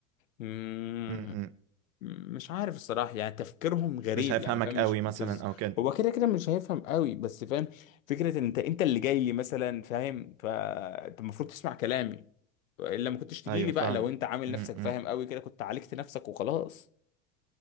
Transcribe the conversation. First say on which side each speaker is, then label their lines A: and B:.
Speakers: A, on the left; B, on the right.
A: مم،
B: امم
A: مش عارف الصراحة يعني تفكيرهم غريب
B: مش هيفهمك
A: يعني فاهم
B: قوي
A: مش
B: مثلا
A: بز...
B: او كده
A: هو كده كده مش هيفهم قوي بس فاهم فكرة ان انت انت اللي جاي لي مثلا فاهم فانت المفروض تسمع كلامي الا ما كنتش تجي
B: ايوه
A: لي بقى
B: فاهمك
A: لو انت عامل
B: امم
A: نفسك فاهم قوي كده كنت عالجت نفسك وخلاص